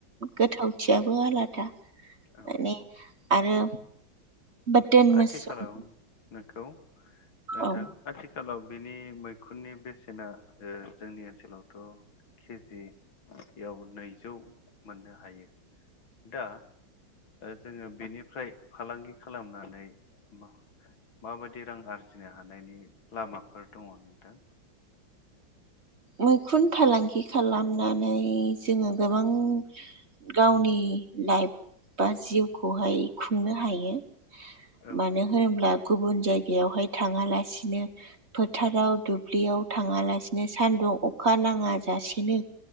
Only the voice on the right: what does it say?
गोथावथियाबो आलादा
माने आरो बाथोन
मसरुम
औ
मैखुन फालांगि खालामनानै जोङो गोबां गावनि लाइफ बा जिउखौहाय खुंनो हायो।
मानो होनोब्ला गुबुन जायगा बेयावहाय थाङालासिनो फोथाराव दुब्लियाव थाङालासिनो सानदुं अखा नाङा जासेनो